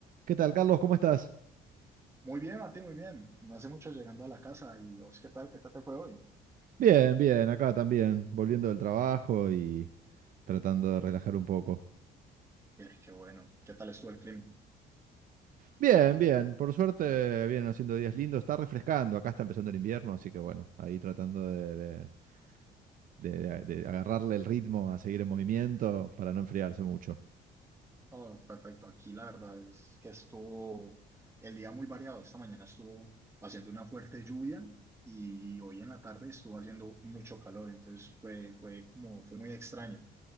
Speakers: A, on the right; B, on the right.
A: ¿Qué tal, Carlos? ¿Cómo estás?
B: Muy bien, Martín, muy bien. No hace mucho llegando a la casa y vos, ¿qué tal? ¿Qué tal te fue hoy?
A: Bien, bien, acá también, volviendo del trabajo y tratando de relajar un poco.
B: Qué, qué bueno. ¿Qué tal estuvo el clima?
A: Bien, bien, por suerte vienen haciendo días lindos, está refrescando, acá está empezando el invierno, así que bueno, ahí tratando de, de- de- de- de agarrarle el ritmo a seguir en movimiento para no enfriarse mucho.
B: Oh, perfecto. Aquí la verdad es que estuvo el día muy variado. Esta mañana estuvo haciendo una fuerte lluvia y hoy en la tarde estuvo haciendo mucho calor. Entonces fue, fue como, fue muy extraño,